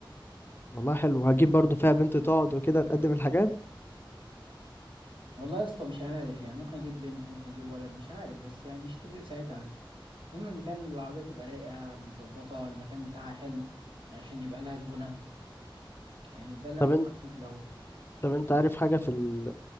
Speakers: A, on the left; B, on the right.
A: والله حلو هجيب برضو فيها بنت تقعد وكده تقدم الحاجات
B: والله يا اسطى مش عارف يعني ممكن اجيب بنت ممكن اجيب ولد مش عارف بس يعني مش تفرق ساعتها المهم المكان العربية تبقى رايقة متظبطة المكان بتاعها حلو عشان يبقى لها زبونها يعني ده اللي
A: طب
B: أنا مفكر
A: انت
B: فيه في الأول
A: طب انت عارف حاجة في ال